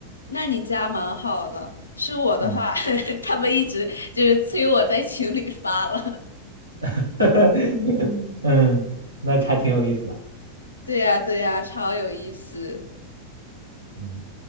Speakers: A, on the left; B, on the right.
A: 那你家蛮好的。是我的话，
B: 嗯
A: <laughs> 他们一直就是催我在群里发了。
B: <laughs> 嗯，那还挺有意思的。
A: 对呀，对呀，超有意思。
B: 嗯。